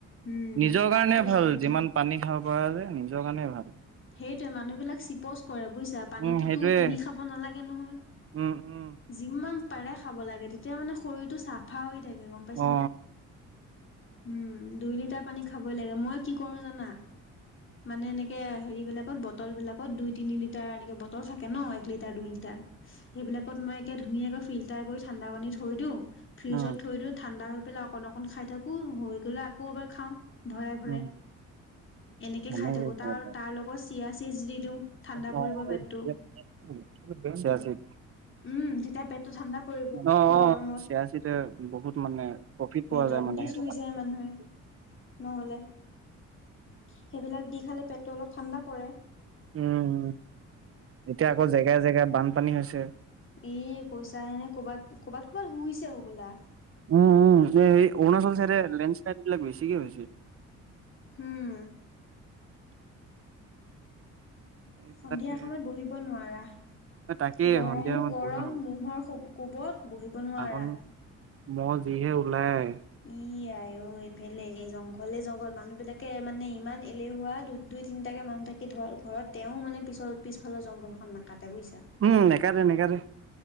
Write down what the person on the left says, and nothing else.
উম,
পানীটো
খাওঁ
সেইটোৱে মানুহবিলাক চিপচ কৰে বুজিছা পানীটোতো
কিনি খাব নালাগে নহয়।
যিমান পাৰে খাব লাগে তেতিয়া মানে শৰীৰটো চাফ। ফা হৈ থাকে গম পাইছে
নে? উম, দুই লিটাৰ পানী খাব লাগে মই কৰো জানা মানে এনেকে এইবিলাকত বটল বিলাকত দুই তিনি লিটাৰ এনেকে বটল থাকে ন এক লিটাৰ দুই লিটাৰ। সেইবিলাকত মই একে ধুনীয়াকে ফিল্টাৰ কৰি ঠাণ্ডা পানী থৈ দিওঁ। ফ্ৰিজত
থৈ দিওঁ ঠাণ্ডা হৈ পেলাই অকণ অকণ খাই থাকোঁ হৈ গ' <unintelligible> খাওঁ ভৰাই ভৰাই
এনেকৈ
খাই থাকোঁ <unintelligible> চিয়া সীদ দি দিওঁ।
পৰিব পেটটো
উম তেতিয়া পেটটো ঠাণ্ডা পৰিব
গৰমত
সেই
জণ্ডিচ
হৈ যায় মানুহে নহলে, সেইবিলাক দি খালে পেট অলপ ঠাণ্ডা পৰে।
এই কৈছা এনে কৰ'বাত কৰ'বাত ক'বাত শুইছে হ বোলা।
উম,
সন্ধিয়া সময়ত বহিব নোৱাৰা।
গৰমো
গৰম
মুহৰ কোবত বহিব নোৱাৰা।
ই আ অ এইফালে এই জংঘলে জংঘল মানুহ বিলাকে মানে ইমান এলেহুৱা দু দুই তিনিটাকৈ মানুহ থাকি ধৰ ঘৰত তেওঁ মানে পিছৰ পিছফালে জংঘলখন নাকাটে বুজিছা।